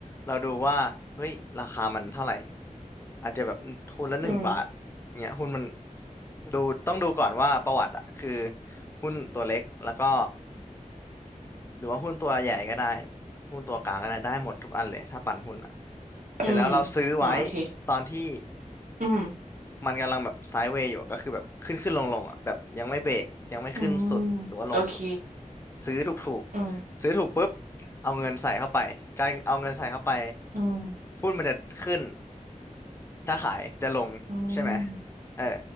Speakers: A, on the left; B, on the right.
A: เราดูว่าเฮ้ยราคามันเท่าไหร่อาจจะแบบหุ้นละหนึ่งบาท
B: อืม
A: เงี้ยหุ้นมันดูต้องดูก่อนว่าประวัติอะคือหุ้นตัวเล็กแล้วก็หรือว่าหุ้นตัวใหญ่ก็ได้หุ้นตัวกลางก็ได้ได้หมดทุกอันเลยถ้าปั่นหุ้นอะ
B: อืม
A: เสร็จแล้วเราซื้อไว้
B: เนาโอเค
A: ตอนที่
B: อืม
A: มันกำลังแบบไซด์เวย์อยู่ก็คือแบบขึ้นขึ้นลงลงอะแบบยังไม่เบรกยังไม่ขึ้นสุดหรือว่าลงสุด
B: อืม โอเค
A: ซื้อถูกถูก
B: อืม
A: ซื้อถูกปุ๊บเอาเงินใส่เข้าไปการเอาเงินใส่เข้าไป
B: อืม
A: หุ้นมันจะขึ้นถ้าขายจะลงใช่ไหม
B: อืม
A: เออ